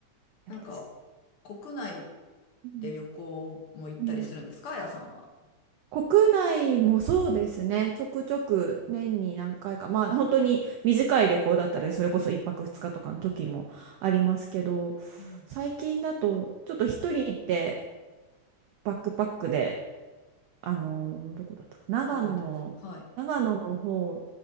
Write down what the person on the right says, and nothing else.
や確か
に
うんうん国内もそうですね、ちょくちょく年に何回か、まあ本当に短い旅行だったら、それこそ1泊2日とかの時もありますけど、
最近だと、ちょっと一人でバックパックで、あのーどこだったか、長野、
長野の方、